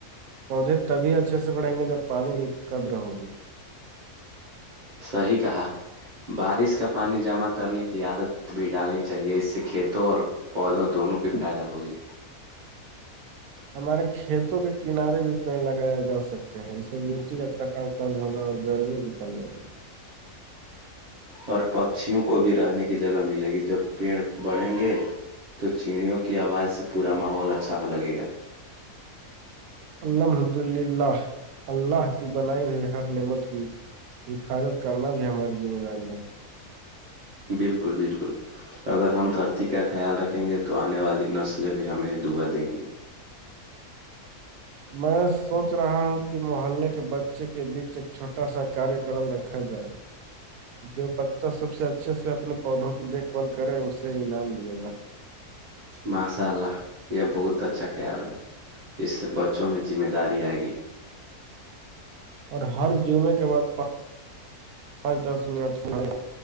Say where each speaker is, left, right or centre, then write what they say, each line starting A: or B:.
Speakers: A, on the right (about 75°); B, on the right (about 35°).
A: پودے تبھی اچھے سے بڑھیں گے جب پانی کی قد رہو گی
B: صیحیح کہا بارش کا پانی جمع کرنے کی عادت بھی ڈالنی چاہیے اس سے کھیتوں اور پودوں دونوں کی فائدہ ہوگی
A: ہمارے کھیتوں کے کنارے بھی پیڑ لگایا جا سکتے ہیں اس میں مٹی کا کم ہوگا اور گرمی بھی کم لگے گی
B: اور پکچھیوں کو بھی رہنے کی جگہ ملے گی جب پیڑ بڑھیں گے تو چیڑیوں کی آواز سے پورا ماحول اچھا ہو لگے گا
A: الحمد للہ اللہ کی بنائی ہوئی ہر نعمت کی حفاظت کرنا بھی ہماری ذمہ داری ہے
B: بالکل بالکل اگر ہم دھرتی کا خیال رکھیں گے تو آنے والی نسلیں بھی ہمیں دعا دیں گی
A: میں سوچ رہا ہوں کہ محلے کے بچے کے بیچ ایک چھوٹا سا کاریکرم رکھا جائے <inaudible> جو بچہ سب سے اچھے سے اپنے پودوں کی دیکھ بھال کرے اس سے انعام لیا جائے
B: ماشاء اللہ یہ بہت اچھا خیال ہے اس سے بچوں میں ذمہ داری آئے گی
A: اور ہر جمعے کے بعد پانچ دس منٹ سارے